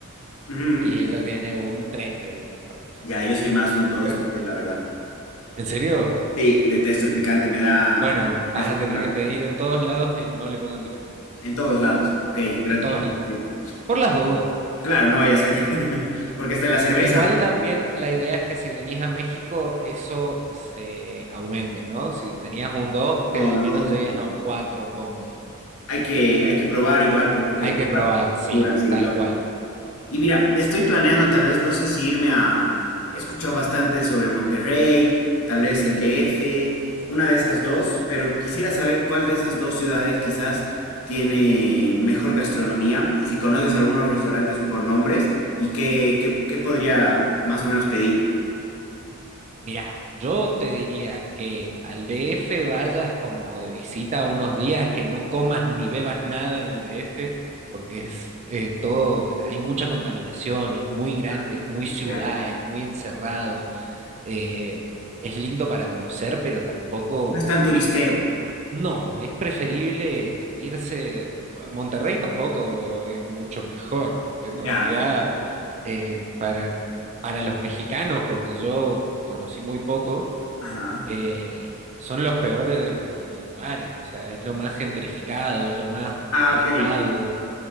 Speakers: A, on the left; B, on the right.
A: Ujú.
B: y ella tiene un 3 de 10. ponele.
A: Ya, yo soy más un dos,
B: Pero,
A: es la verdad.
B: ¿en serio?
A: Sí, detesto el picante, me da,
B: Bueno,
A: me
B: vas
A: hace
B: a tener
A: muy mal.
B: que pedir en todos lados que no le pongan picante.
A: En todos lados. Ok, gran
B: En todos
A: tip.
B: lados.
A: gran tip.
B: Por las dudas.
A: Claro, no vaya a ser. <laughs> Porque está en la cerveza,
B: Igual también la idea es que si venís a México, eso se aumente, ¿no? Si tenías un 2
A: ¿no?
B: que al
A: No, lógico.
B: menos llegues a un 4 cómodo.
A: Hay que, hay que probar igual, pues, porque
B: Hay
A: es
B: que probar, sí,
A: pura, sí,
B: tal cual.
A: Y mira, estoy planeando tal vez, no sé si irme a... He escuchado bastante sobre Monterrey, tal vez el DF, una de esas dos, pero quisiera saber cuál de esas dos ciudades quizás tiene mejor gastronomía y si conoces algunos restaurantes por nombres y qué, qué, qué podría más o menos pedir.
B: Mira, yo te diría que al DF vayas como de visita unos días, que no comas ni bebas nada en el DF, porque es eh, todo, hay mucha contaminación, es muy grande,
A: Ah,
B: es muy ciudad,
A: ya.
B: es muy encerrado, eh, es lindo para conocer, pero tampoco,
A: No es tan turistero.
B: no, es preferible irse, a Monterrey tampoco es mucho mejor, en
A: Ya.
B: realidad, eh, para, para los mexicanos, porque yo conocí muy poco
A: Ajá.
B: eh, son los peores lugares, o sea, es lo más gentrificado, es lo más
A: Ah,
B: apretado,
A: ok.